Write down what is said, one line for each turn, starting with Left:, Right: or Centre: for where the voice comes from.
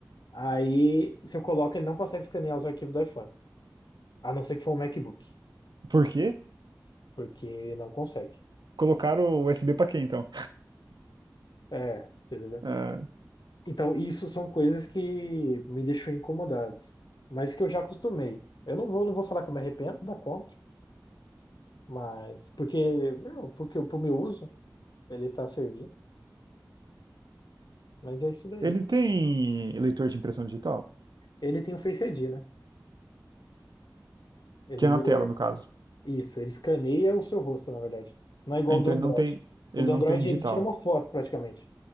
Left: Aí, se eu coloco, ele não consegue escanear os arquivos do iPhone. A não ser que for um MacBook,
Right: Por quê?
Left: porque não consegue.
Right: Colocaram o USB pra quê, então?
Left: É, entendeu?
Right: Ah,
Left: Então, isso são coisas que me deixam incomodado, mas que eu já acostumei. Eu não vou, não vou falar que eu me arrependo da compra. Mas, porque, meu, porque pro meu uso, ele tá servindo, mas é isso daí.
Right: ele tem leitor de impressão digital,
Left: Ele tem o Face ID, né? Ele
Right: que é na
Left: lê
Right: tela, no caso.
Left: isso, ele escaneia o seu rosto, na verdade. Não é igual
Right: Então
Left: o do Android.
Right: ele não tem, ele
Left: O do
Right: não
Left: Android,
Right: tem digital.
Left: ele tira uma foto, praticamente.